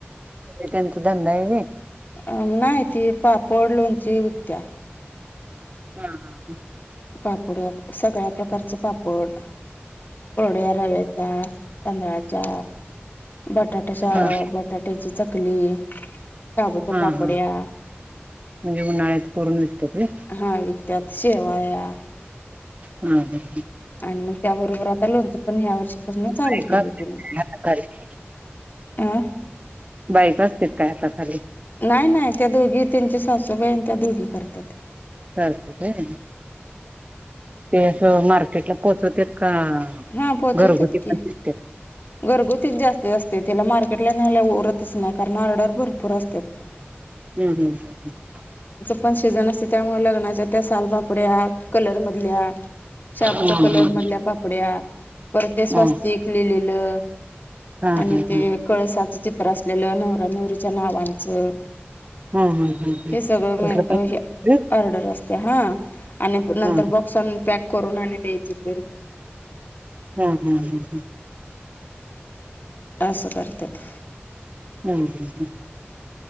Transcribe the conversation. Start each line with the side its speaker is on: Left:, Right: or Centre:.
Right: तेे त्यांचा धंदा हाय व्हय.
Left: अं नाय ती पापड लोणची विकत्या.
Right: हा हा हं.
Left: पापड अ सगळ्या प्रकारचं पापड थोड्या रव्याच्या तांदळाच्या बटाटा शा
Right: हं हं
Left: बटाट्याची चकली, शाबूच्या पापड्या
Right: हं हं म्हणजे उन्हाळ्यात करून विकत्यात वय?
Left: हा विकत्यात शेवाळ्या
Right: हम्म हम्म हम्म.
Left: मग त्या बरोबर आता लोनच पण ह्या वर्षीपासनं चालू
Right: बायका
Left: केली
Right: असत्यात
Left: तिन.
Right: काय हाताखाली
Left: आ
Right: बायका असतेत काय हाता खाली?
Left: नाही नाही त्या दोघी त्यांच्या सासूबाई अन त्या दोघी करत्यात.
Right: करतते व्हयं ते अस मार्केटला पोहोचवतेत का
Left: हा पोहोचवतात
Right: घरगुती
Left: की
Right: पण विकत्येत
Left: घरगुतीच जास्त असते तिला मार्केटला न्यायला उरतच नाही कारण ऑर्डर भरपूर असत्यात
Right: हम्म हम्म हम् ह
Left: पण सेजन असते त्यामुळे लग्नाच्या त्या सालपापड्या कलर मधल्या शाबूच्या
Right: हं
Left: कलर
Right: हं हं
Left: मधल्या पापड्या पर ते स्वास्तिक
Right: हं
Left: लिहिलेले. अ
Right: हं
Left: आणि
Right: हं
Left: ते
Right: हं
Left: कळसाच चित त्र असलेलं नवऱ्या नवरीच्या नावांचं
Right: हा हा हा ह
Left: हे सगळं
Right: तसलं
Left: म-म
Right: पण
Left: आर्डर असत. ते हा आणि नंतर
Right: हा
Left: बॉक्स आणून पॅक करून आणि द्यायचे ते रुकवतात ठेवायला.
Right: हम् हम्म हम् हम्
Left: असं करत्यात
Right: हम् हम ह